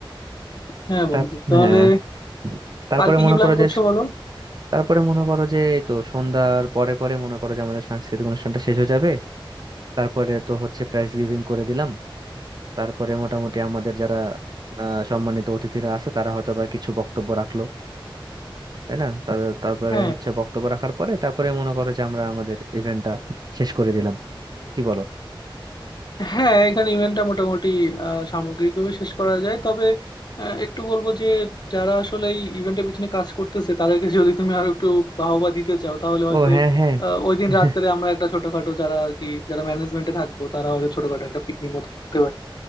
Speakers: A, on the left (about 50°); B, on the right (about 50°).
A: হ্যাঁ
B: তার
A: বন্ধু তাহলে
B: হ্যাঁ তারপরে
A: আর কি
B: মনে
A: কি প্ল্যান
B: করো
A: করছো
B: যে
A: বলো
B: তারপরে মনে করো যে এই তো সন্ধ্যার পরে পরে মনে করো যে আমাদের সাংস্কৃতিক অনুষ্ঠানটা শেষ হয়ে যাবে তারপরে তো হচ্ছে প্রাইজ গিভিং করে দিলাম তারপরে মোটামুটি আমাদের যারা আহ, সম্মানিত অতিথিরা আছে তারা হয়তো বা কিছু বক্তব্য রাখলো তাই না তাদের- তারপরে
A: হ্যাঁ
B: হচ্ছে বক্তব্য রাখার পরে তারপরে মনে করো যে আমরা আমাদের ইভেন্টটা শেষ করে দিলাম কি বলো
A: হ্যাঁ এখানে ইভেন্টটা মোটামুটি আহ সামগ্রিকভাবে শেষ করা যায় তবে আহ, একটু বলবো যে যারা আসলে এই ইভেন্টের পিছনে কাজ করতেছে তাদেরকে যদি তুমি আরো একটু বাহবা দিতে চাও তাহলে হয়তো
B: ও হ্যাঁ হ্যাঁ
A: আহ, ওই দিন
B: <laughs>
A: রাত্রে আমরা একটা ছোটখাটো যারা আর কি যারা ম্যানেজমেন্টে থাকবো তারা হয়তো ছোটখাটো একটা পিকনিক মতো করতে পারি